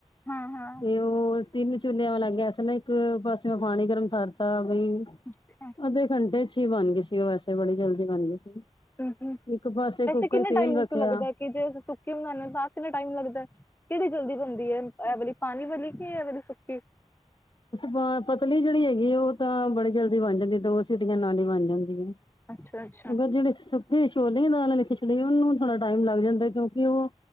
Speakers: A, on the left (about 15°); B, on the left (about 45°).
A: ਹਾਂ ਹਾਂ
B: ਤੇ ਉਹ ਤਿੰਨ ਚੁਨਿਆਂ ਵਾਲਾ ਗੈਸ ਦੇ, ਲੱਗ ਇੱਕ ਪਾਸੇ ਮੈਂ ਪਾਣੀ ਗਰਮ ਥਰਤਾ ਬਈ,
A: ਅੱਛਾ <unintelligible>
B: ਅੱਧੇ ਘੰਟੇ ਚ ਹੀ ਬਣ ਗਈ ਸੀਗੀ। ਵੈਸੇ ਬੜੀ ਜਲਦੀ ਬਣ ਗਈ ਸੀਗੀ।
A: ਹੂੰ ਹੂੰ
B: ਇੱਕ ਪਾਸੇ
A: ਵੈਸੇ
B: ਕੁੱਕਰ
A: ਕਿੰਨੇ
B: ਤੇੇਲ
A: ਟਾਈਮ
B: ਰੱਖਿਆ,
A: ਤੋਂ ਲੱਗਦਾ ਕਿ ਜੇ ਅਸੀਂ ਸੁੱਕੇ ਬਨਾਦੇ ਤਾਂਹ ਕਿੰਨਾ ਟਾਈਮ ਲੱਗਦਾ, ਕਿਹੜੀ ਜਲਦੀ ਬਣਦੀ ਹੈ। ਇਹ ਵਾਲੀ ਪਾਣੀ ਵਾਲਲੀ, ਕਿ ਇਹ ਵਾਲੀ ਸੁੱਕੀ।
B: ਬ ਪਤਲੀ ਜਿਹੜੀ ਹੈਗੀ। ਉਹ ਤਾਂ ਬੜੀ ਜਲਦੀ ਬਣ ਜਾਂਦੀ ਏ, ਦੋ ਸੀਟੀਆਂ ਨਾਲ ਹੀ ਬਣ ਜਾਂਦੀ ਹੈ।
A: ਅੱਛਾ ਅੱਛਾ।
B: ਅਗਰ ਜਿਹੜੇ ਸੁੱਕੇ ਛੋਲ ਦਾਲ ਖਿਚੜ ਉਹਨੂੰ ਥੋੜਾ ਟਾਈਮ ਲੱਗ ਜਾਂਦਾ। ਕਿਉਂਕਿ ਉਹ,